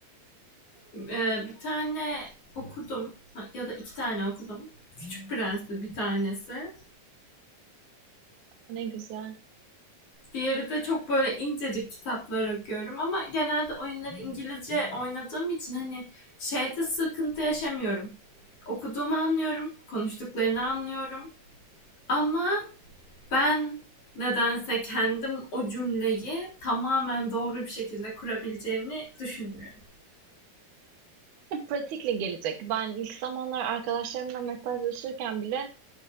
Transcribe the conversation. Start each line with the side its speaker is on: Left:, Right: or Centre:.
Left: Ee, bir tane okudum ya da iki tane okudum. Küçük Prens'ti bir tanesi.
Right: Ne güzel.
Left: Diğeri de çok böyle incecik kitaplar okuyorum ama genelde oyunları İngilizce oynadığım için hani şeyde sıkıntı yaşamıyorum. Okuduğumu anlıyorum, konuştuklarını anlıyorum. Ama ben nedense kendim o cümleyi tamamen doğru bir şekilde kurabileceğimi düşünmüyorum.
Right: Pratikle gelecek. Ben ilk zamanlar arkadaşlarımla mesajlaşırken bile